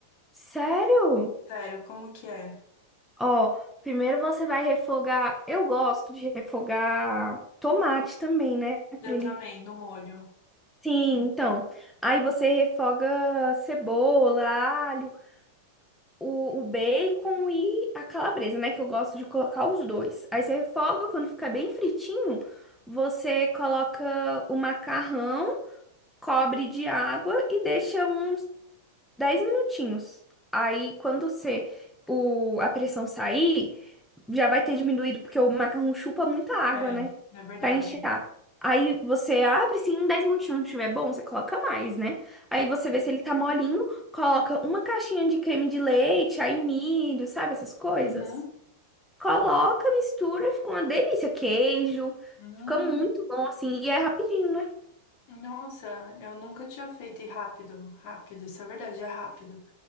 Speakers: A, in the centre; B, on the left (about 55°).
A: Sério?
B: Sério, como que é?
A: Ó, primeiro você vai refogar. Eu gosto de refogar tomate também, né?
B: Eu
A: Pra ele.
B: também, no molho.
A: Sim, então. Aí você refoga cebola, alho, o,
B: Uhum.
A: o bacon e a calabresa, né? Que eu gosto de colocar os dois. Aí você refoga, quando ficar bem fritinho, você coloca o macarrão, cobre de água e deixa uns 10 minutinhos. Aí, quando você, o, a pressão sair, já vai ter diminuído, porque o macarrão chupa muita água,
B: É,
A: né?
B: é verdade.
A: Pra enxergar. Aí você abre, se em 10 minutinhos não estiver bom, você coloca mais, né? Aí você vê se ele tá molinho, coloca uma caixinha de creme de leite, aí milho, sabe essas coisas?
B: Uhum.
A: Coloca, mistura, fica uma delícia. Queijo,
B: Hum,
A: fica muito bom assim, e é rapidinho, né?
B: nossa, eu nunca tinha feito e rápido, rápido, isso é verdade, é rápido.